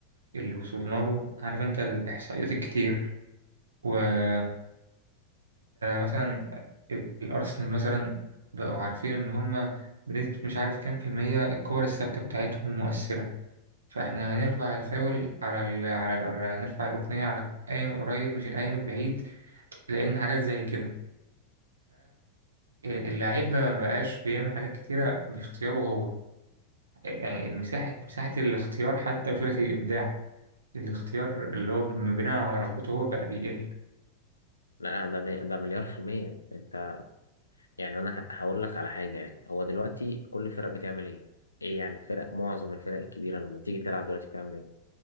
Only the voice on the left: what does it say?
لا ده مي- ده مليار في المية انت يعني انا ه- هقول لك على حاجه يعني هو دلوقتي كل فرق بتعمل ايه ايه يعني فرق معظم الفرق الكبيره لما بتيجي تلعب دلوقتي بتعمل ايه